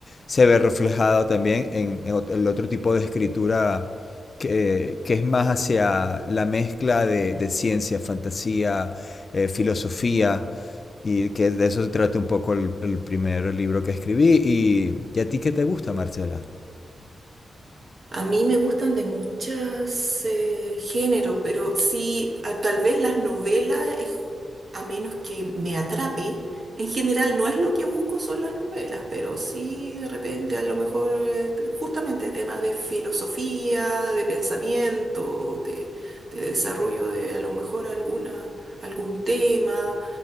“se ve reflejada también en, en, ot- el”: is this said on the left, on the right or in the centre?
Left